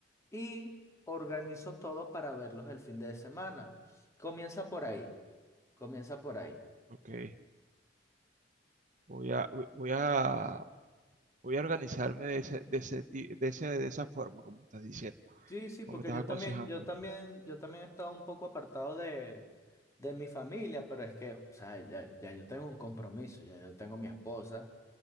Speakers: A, on the left (about 15°); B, on the right (about 45°).
A: y organizo todo para verlos el fin de semana. Comienza por ahí, comienza por ahí.
B: Ok, voy a, voy voy a, voy a organizarme de ese, de ese, ti- de ese- de esa forma, como estás diciendo,
A: Sí, sí,
B: como
A: porque
B: me estás
A: yo
B: aconsejando.
A: también, yo también, yo también he estado un poco apartado de, de mi familia, pero es que, o sea, ya, ya yo tengo un compromiso, ya yo tengo mi esposa,